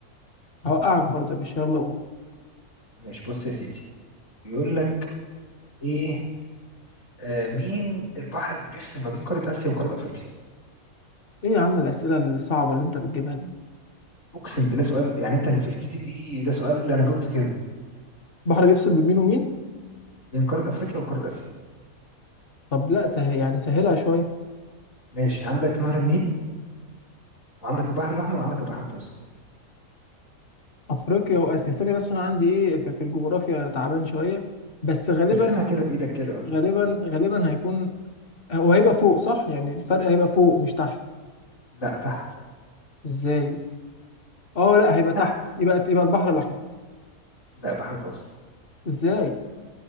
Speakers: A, on the left (about 45°); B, on the left (about 70°).
A: هوقعك برضه يا باشا يلا قول
B: ماشي بص يا سيدي بيقول لك ايه آه مين البحر اللي بيفصل ما بين قاره اسيا وقاره افريقيا
A: ايه يا عم الأسئلة الصعبة اللي انت بتجيبها دي
B: اقسم بالله سؤال يعني انت نفرتيتي دي ده سؤال اللي انا جبته كده
A: بحر بيفصل بين مين ومين
B: بين قاره افريقيا وقاره اسيا
A: طب لا سهل يعني سهلها شوية
B: ماشي عندك نهر النيل وعندك البحر الاحمر وعندك البحر المتوسط
A: افريقيا واسيا ثانية بس انا عندي ايه في في الجغرافيا تعبان شوية بس غالبا
B: ارسمها كده بايدك كده اه
A: غالبا غالبا هيكون وهيبقى فوق صح يعني الفرق هيبقى فوق مش تحت
B: لا تحت
A: ازاي اه لا هيبقى
B: تحت
A: تحت يبقى يبقى البحر الاحمر
B: لا بحر متوسط
A: ازاي